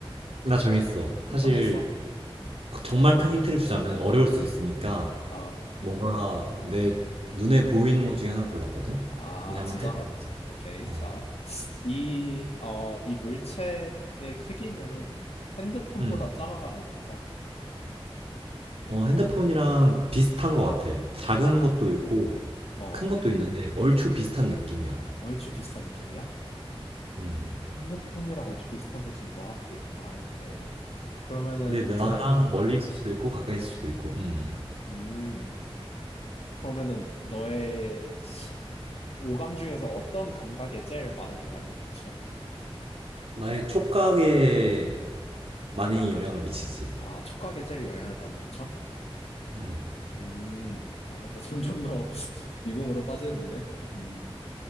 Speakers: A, on the right (about 70°); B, on the left (about 80°).
A: 나 정했어. 사실
B: 정했어?
A: 그 정말 큰 힌트를 주자면 어려울 수 있으니까
B: 아,
A: 뭔가 내 눈에 보이는 것 중에 하나 골랐거든?
B: 아,
A: 그냥 한번
B: 진짜?
A: 해봐.
B: 어. 오케이.
A: 어.
B: 자, 이, 어, 이 물체의 크기는 핸드폰보다
A: 음.
B: 작아 아니면 커?
A: 어, 핸드폰이랑 비슷한 것 같아. 작은
B: 아,
A: 것도 있고
B: 어,
A: 큰 것도 있는데 얼추 비슷한 느낌이야.
B: 얼추 비슷한 느낌이야?
A: 음.
B: 핸드폰이랑 얼추 비슷한데 지금 너 앞에 있다. 오케이. 그러면은
A: 근데 나랑
B: 이제,
A: 멀리 있을 수도 있고 가까이 있을 수도 있고. 음.
B: 음, 그러면은 너의 시- 오감 중에서 어떤 감각에 제일 많은 영향을 끼쳐?
A: 나의 촉각에 많이 영향을 미치지.
B: 아, 촉각에 제일 영향을 많이 미쳐?
A: 음.
B: 음, 어, 나 점점 더 <laughs> 미궁으로 빠지는데? 음,